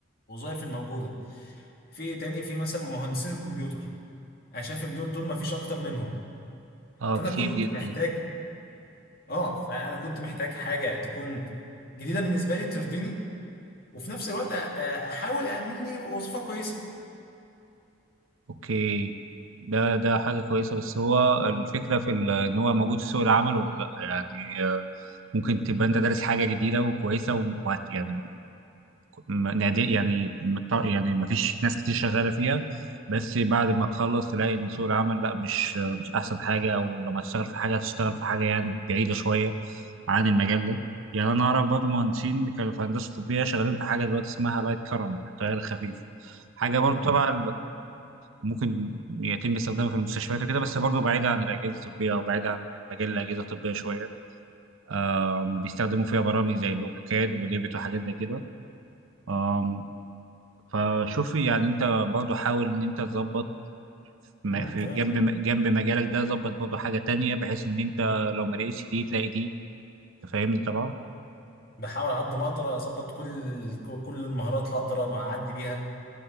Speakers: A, on the left; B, on the right.
A: الوظائف الموجودة في تاني في مثلا مهندسين الكمبيوتر انا شايف ان دول دول ما فيش اكتر منهم
B: اه
A: فانا
B: كتير
A: كنت
B: جدا
A: محتاج اه فانا كنت محتاج حاجة تكون جديدة بالنسبة لي ترضيني وفي نفس الوقت أ- أ- احاول أأمن لي وظيفة كويسة
B: اوكي ده ده حاجة كويسة بس هو الفكرة في ال- ان هو موجود في سوق العمل ولا لا يعني آه، ممكن تبقى انت دارس حاجة جديدة وكويسة و- وهت- يعني م- نادر يعني مت- يعني ما فيش ناس كتير شغالة فيها بس بعد ما تخلص تلاقي ان سوق العمل لا مش مش احسن حاجة او لما تشتغل في حاجة هتشتغل في حاجة يعني بعيدة شوية عن المجال ده يعني انا اعرف برضه مهندسين كانوا في هندسة طبية شغالين في حاجة دلوقتي اسمها لايت كرنت التيار الخفيف حاجة برضه
A: امم
B: تبع ممكن يتم استخدامها في المستشفيات وكده بس برضه بعيدة عن الأجهزة الطبية أو بعيدة عن مجال الأجهزة الطبية شوية آم، بيستخدموا فيها برامج زي الأوتوكاد وديفيد وحاجات زي كده آم، فشوفي يعني أنت برضه حاول إن أنت تظبط م-
A: امم
B: في
A: تمام
B: جنب جنب مجالك ده ظبط برضه حاجة تانية بحيث إن أنت لو ما لقيتش دي تلاقي دي أنت فاهمني طبعا
A: بحاول على قد ما اقدر اظبط كل كل المهارات اللي اقدر اعدي بيها